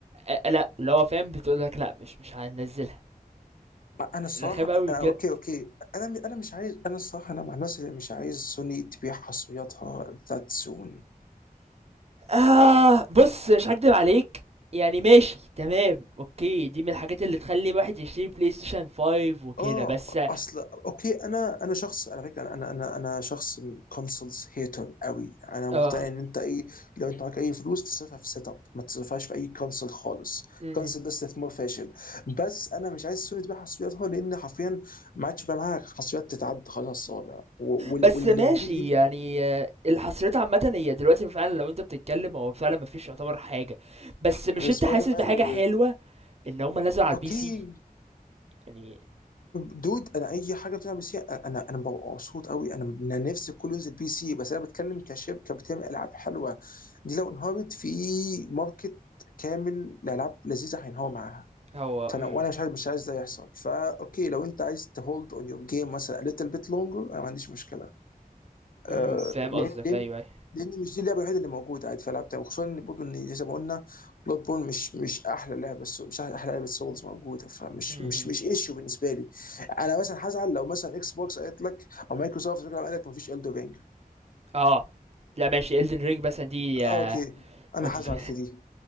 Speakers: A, on the right; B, on the left.
A: آه، لا اللي هو فاهم بتقول لك لا مش مش هننزلها
B: انا الصراحه
A: رخامه قوي
B: أنا
A: بجد
B: اوكي اوكي انا انا مش عايز انا الصراحه انا مع الناس اللي مش عايز سوني تبيع حصرياتها ذات سون
A: آه بص مش هكدب عليك يعني ماشي تمام اوكي دي من الحاجات اللي تخلي الواحد يشتري بلاي ستيشن 5 وكده
B: اه
A: بس
B: اصل اوكي انا انا شخص على فكره انا انا انا شخص كونسولز هيتر قوي انا
A: اه
B: مقتنع ان انت ايه لو انت معاك اي فلوس تصرفها في سيت اب ما تصرفهاش في اي كونسول خالص
A: م-م.
B: كونسول ده استثمار فاشل بس انا مش عايز سوني تبيع حصرياتها لان حرفيا ما عادش بقى معاها حصريات تتعد خلاص الصوابع و- وال-
A: بس
B: واللي
A: ماشي
B: موجودين
A: يعني آه، الحصريات عامة هي دلوقتي فعلا لو انت بتتكلم هو فعلا مفيش يعتبر حاجة بس مش
B: غير
A: انت
B: سبايدر
A: حاسس
B: مان
A: بحاجة
B: و
A: حلوة ان هما نزلوا على
B: اوكي
A: البي سي يعني
B: دود انا اي حاجه بتلعب بي سي انا انا ببقى مبسوط قوي انا انا نفسي كله ينزل بي سي بس انا بتكلم كشركه بتعمل العاب حلوه دي لو انهارت في ماركت كامل لالعاب لذيذه هينهار معاها
A: هو
B: فانا
A: امم
B: وانا مش عايز مش عايز ده يحصل فا اوكي لو انت عايز تهولد اون يور جيم مثلا a little bit longer انا ما عنديش مشكله
A: امم
B: آه،
A: فاهم
B: لان
A: قصدك
B: لان
A: ايوه ايوه
B: لان مش دي اللعبه الوحيده اللي موجوده عادي في العاب تانية وخصوصا ان برضه ان زي ما قلنا بلاد بون مش مش احلى لعبه سو- مش احلى لعبه سولز موجوده فمش
A: م- م-
B: مش مش
A: م.
B: ايشو بالنسبه لي انا مثلا هزعل لو مثلا اكس بوكس قالت لك او مايكروسوفت قالت لك مفيش الدو رينج
A: اه لا ماشي Elden Ring مثلا دي آه،
B: آه اوكي انا
A: اوف
B: هزعل في دي